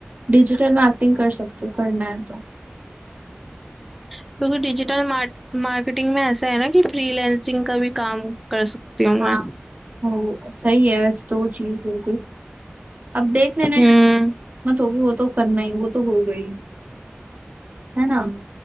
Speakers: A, on the right (about 40°); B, in the centre.
A: डिजिटल मार्केटिंग कर सकते हो करना है तो
B: क्योंकि डिजिटल मार्क, मार्केटिंग में ऐसा है ना कि फ्रीलैंसिंग का भी काम कर सकती हूँ
A: हाँ
B: मैं
A: वो सही है वैसे तो वो चीज़ बिल्कुल अब देख लेना
B: हम्म
A: यार मत होगी वो तो करना ही वो तो हो गई है ना